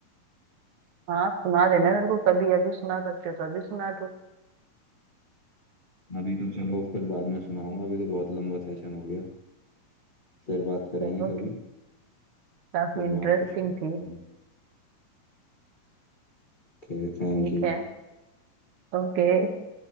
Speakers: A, on the right; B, on the left.
A: हाँ सुना देना मेरे को कभी अभी सुना सकते हो तो अभी सुना दो
B: अभी तो चलो फिर बाद में सुनाऊंगा अभी तो बहुत लंबा सेशन हो गया फिर बात करेंगे
A: चलो
B: कभी
A: ठीक काफी
B: फिर
A: इंटरेस्टिंग
B: मैं आपको शेयर
A: थी
B: Okay thank
A: ठीक
B: you
A: है ओके